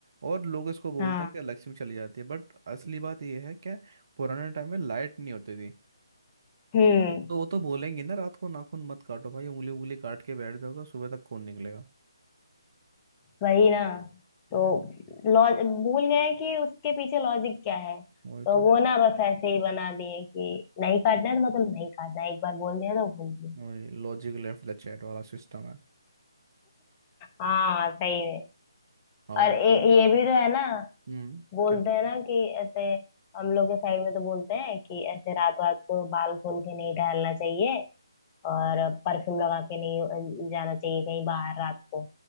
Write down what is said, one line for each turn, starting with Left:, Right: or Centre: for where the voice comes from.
Right: और लोग इसको बोलते
Left: हाँ
Right: हैं कि लक्ष्मी चली जाती है बट असली बात ये है क्या पुराने टाइम में लाइट नहीं होती थी
Left: हम्म
Right: तो वो तो बोलेंगे ना रात को नाखून मत काटो भाई उंगली उंगली काट के बैठ जाओगे सुबह तक खून निकलेगा
Left: वही ना तो लॉज भूल गए कि उसके पीछे लॉजिक क्या है
Right: वही
Left: तो
Right: तो
Left: वो ना बस ऐसे ही बना दिए कि नहीं काटना है तो मतलब नहीं काटना है। एक बार बोल दिया तो बोल दिया
Right: वही लॉजिक लेफ्ट द चैट वाला सिस्टम है
Left: हाँ सही में
Right: आप
Left: और ए,
Right: जितनी बार
Left: ये भी तो है ना
Right: हम्म
Left: बोलते
Right: क्या
Left: हैं ना कि ऐसे हम लोग के साइड में तो बोलते हैं कि ऐसे रात रात को बाल खोल के नहीं टहलना चाहिए और परफ्यूम लगा के नहीं अ, जाना चाहिए कहीं बाहर रात को